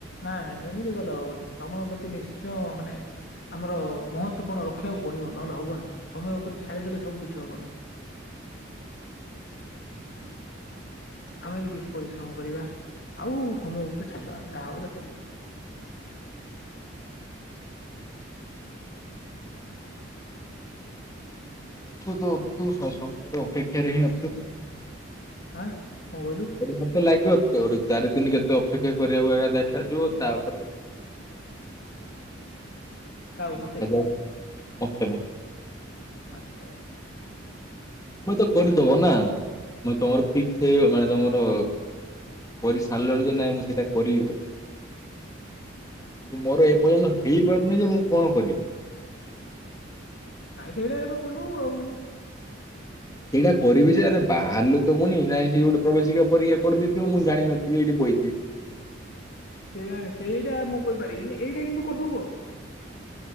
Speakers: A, on the left; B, on the left.
A: ନାଇଁ ନାଇଁ ସେମିତି କଲେ ହବନି ସମୟ ପ୍ରତି ନିଶ୍ଚୟ ମାନେ। ଆମର ମହତ୍ୱ ପଣ ରଖିବାକୁ ପଡିବ ନହେଲେ ହବନି ସମୟ ଉପରେ ଛାଡ଼ିଦେଲେ ସବୁ କିିଛି ହବନି।
B: କାହିଁକି?
A: ଆମେ ବି କିଛି ପରିଶ୍ରମ କରିବା। ଆଉ ସମୟ ଉପରେ ଛାଡିଦବା ଯାହା ହବ ଦେଖାଯିବ।
B: ହାଲୋ। ଅଛୁ ତ ଅଛୁ ସ-ସମୟ ର ଅପେକ୍ଷାରେ ହିଁ ଅଛୁ।
A: ଆଁ କଣ କହିଲୁ
B: ତେବେ ମତେ ଲାଗିବ। ସେଉଠୁ ଚାରି ଦିନ କେତେ ଅପେକ୍ଷା କରିବାକୁ ଏକା ଦେଖାଯିବ ତାପରେ ନହେଲେ।
A: କାହାକୁ ମତେ
B: ଦେଖାଯାଉ ମତେ ମତେ।
A: ଆଚ୍ଛା ଆଚ୍ଛା।
B: ତମେ ତ କରିଦବ ନା ମୁଁ ତମର ଫିକ୍ସ ହେଇଗଲାଣି ତମର। କରି ସାରିଲେଣି ଯେ ନାଇଁ ମୁଁ ସେଇଟା କରିବି ବୋଲି।
A: ହୁଁ।
B: କିନ୍ତୁ ମୋର ଏପର୍ଯ୍ୟନ୍ତ ହେଇପାରୁନି ଯେ ମୁଁ କଣ କରିବି।
A: ନାଇଁ ସେଇଟା ହି ତ କରିଦବୁ ଆଉ।
B: ସେଇଟା କରିବି ଯେ ଆରେ ବାହାରିଲେ ତ ପୁଣି ନାଇଁ ସେ ପ୍ରବେଶିକା ପରୀକ୍ଷା କରିଦେଇଥିବ ମୁଁ ଜାଣିନଥିବି ଏଇଠି ବଇଥିବି।
A: କେଜାଣେ ସେଇଟା ମୁଁ କହିପାରିବିନି ଏଇଟା କିନ୍ତୁ କରିଦବୁ ଆଉ।